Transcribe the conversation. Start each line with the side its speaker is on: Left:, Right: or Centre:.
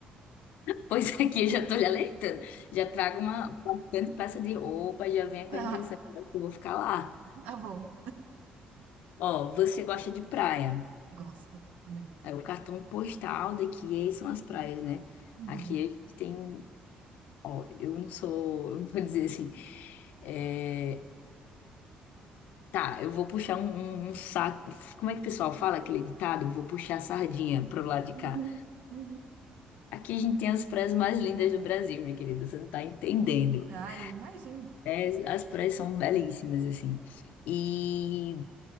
Left: Pois aqui eu já tô lhe alertando. Já trago uma bastante peça de roupa, já venha
Right: <laughs> Tá,
Left: com a intenção que eu vou ficar lá.
Right: tá bom.
Left: Ó, você gosta de praia.
Right: gosta muito.
Left: É, o cartão postal daqui é- são as praias, né?
Right: Uhum,
Left: Aqui a gente tem. Ó, eu não sou. <laughs> Eu vou dizer assim. é, tá, eu vou puxar um, um- um saco. Como é que o pessoal fala aquele ditado? Eu vou puxar a sardinha pro lado de
Right: uhum,
Left: cá.
Right: uhum.
Left: Aqui a gente tem as praias mais lindas do Brasil, minha querida. Você não tá entendendo.
Right: Ah, eu imagino.
Left: É, as praias são belíssimas, assim. E.